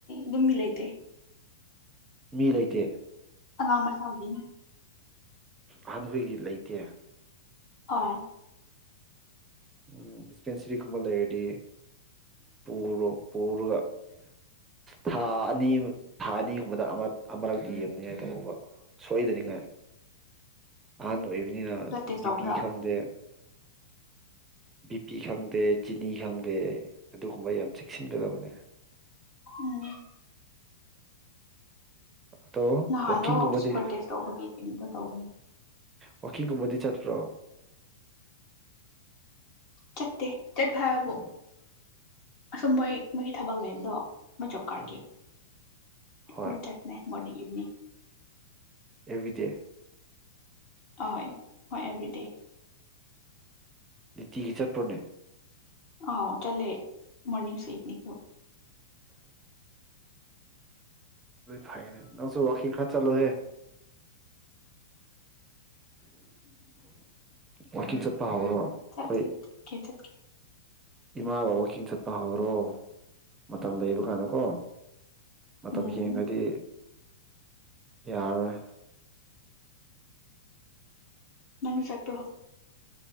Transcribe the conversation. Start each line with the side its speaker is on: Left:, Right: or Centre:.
Left: ꯌꯨꯝ ꯃꯤ ꯂꯥꯏꯇꯩ
Right: ꯃꯤ ꯂꯩꯇꯦ
Left: ꯑꯉꯥꯡ ꯃꯆꯥꯒꯤꯅꯤ
Right: ꯑꯍꯟꯈꯣꯏꯒꯤ ꯂꯩꯇꯦ
Left: ꯑ
Right: ꯎꯝ ꯗꯤꯁꯄꯦꯟꯁꯔꯤꯒꯨꯝꯕ ꯂꯩꯔꯗꯤ ꯄꯨꯔꯣ ꯄꯨꯔꯒ ꯊꯥ ꯑꯅꯤ ꯊꯥ ꯑꯅꯤꯒꯨꯝꯕꯗ ꯑꯃꯔꯛꯇꯤ ꯌꯦꯡꯅꯤꯡꯉꯥꯏ ꯇꯧꯕ ꯁꯣꯏꯗꯅꯤꯡꯉꯥꯏ ꯑꯍꯥꯟꯕ ꯑꯣꯏꯕꯤ ꯑꯅꯤꯅ
Left: ꯕ꯭ꯂꯠ
Right: ꯕꯤꯄꯤ
Left: ꯇꯦꯁ ꯇꯧꯕ꯭ꯔꯥ
Right: ꯈꯪꯗꯦ ꯕꯤ ꯄꯤ ꯈꯪꯗꯦ ꯆꯤꯅꯤ ꯈꯪꯗꯦ ꯑꯗꯨꯒꯨꯝꯕ ꯌꯥꯝ ꯆꯦꯛꯁꯤꯟꯒꯗꯕꯅꯦ
Left: ꯎꯝ
Right: ꯑꯗꯣ
Left: ꯅꯍꯥꯟꯗꯣ
Right: ꯋꯥꯛꯀꯤꯡꯒꯨꯝꯕꯗꯤ
Left: ꯁꯨꯄꯔ ꯇꯦꯁ ꯇꯧꯕꯒꯤ ꯀꯩꯝꯇ ꯇꯧꯒꯅꯤ
Right: ꯋꯥꯀꯤꯡꯒꯨꯝꯕꯗꯤ ꯆꯠꯄ꯭ꯔꯣ
Left: ꯆꯠꯇꯦ ꯆꯠꯄ ꯍꯥꯢꯕꯕꯨ
Right: ꯎꯝ
Left: ꯑꯁꯨꯝ ꯃꯣꯏ ꯃꯣꯏꯒꯤ ꯊꯕꯛ ꯂꯩꯕꯗꯣ ꯃꯣꯢ ꯖꯣꯕ ꯀꯥꯔꯗꯀꯤ
Right: ꯎꯝ ꯍꯣꯏ
Left: ꯑꯗꯨ ꯆꯠꯄꯅꯦ ꯃꯣꯔꯅꯤꯡ ꯎ
Right: ꯑꯦꯕꯤꯗꯦ
Left: ꯑꯍꯣꯏ ꯍꯣꯏ ꯑꯦꯕ꯭ꯔꯤꯗꯦ
Right: ꯅꯨꯡꯇꯤꯒꯤ ꯆꯠꯄ꯭ꯔꯅꯦ
Left: ꯑ ꯆꯠꯂꯦ ꯃꯣꯔꯅꯤꯡꯁꯨ ꯏꯚꯅꯤꯡꯁꯨ
Right: ꯐꯥꯏꯅꯦ ꯅꯪꯁꯨ ꯋꯥꯀꯤꯡ ꯈꯔ ꯆꯠꯂꯨ ꯍꯦ ꯋꯥꯛꯀꯤꯡ ꯆꯠꯄ ꯍꯧꯔꯣ ꯑꯩꯈꯣꯏ
Left: ꯆꯠꯀꯦ ꯆꯠꯀꯦ
Right: ꯏꯃꯥꯒ ꯋꯥꯛꯀꯤꯡ ꯆꯠꯄ ꯍꯧꯔꯣ ꯃꯇꯝ ꯂꯩꯕ ꯀꯥꯟꯗꯀꯣ ꯃꯇꯝ
Left: ꯎꯝ
Right: ꯍꯦꯡꯒ꯭ꯔꯗꯤ ꯌꯥꯔꯔꯣꯢ
Left: ꯅꯪꯁꯨ ꯆꯠꯄ꯭ꯔꯣ